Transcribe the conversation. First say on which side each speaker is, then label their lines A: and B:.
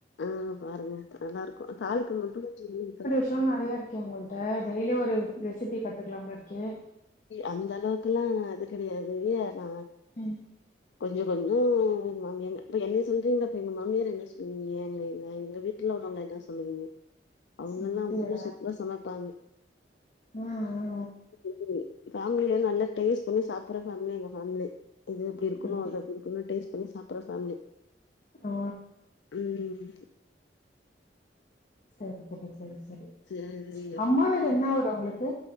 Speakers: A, on the left; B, on the left.
A: ஆ பாருங்க நல்லாருக்கு தாளிப்பு மட்டு கொஞ்சோ <inaudible>
B: ச்ச நெறையா இருக்கே உங்கள்ட்ட டெய்லியு ஒரு ரெசிபி கத்துக்கலா போல இருக்கே
A: அந்த அளவுக்குலா நா அது கெடையாது நா
B: ம்
A: கொஞ்சோ கொஞ்சம் மாமியாங்க இப்ப என்னய சொல்றீங்கப்ப எங்க மாமியார் என்ன சொல்விங்க எங்க எங்க வீட் ல உள்ளவங்க எதா சொல்லுவீங்க அவங்கல்லா
B: அப்டியா
A: அவ்ளோ சூப்ரா சமைப்பாங்க
B: அ அ
A: <inaudible> ஃபேம்லில நல்லா டேஸ்ட் பண்ணி சாப்புட்ற ஃபேம்லி எங்க ஃபேம்லி இது இப்டி இருக்கணு
B: அப்டியா
A: அது அப்டி இருக்கணு டேஸ் பண்ணி சாப்புட்ற ஃபேம்லி
B: ஆ
A: ம்
B: சரி சரி சரி சரி
A: சேரி
B: அம்மா வீடு என்ன ஊரு உங்களுக்கு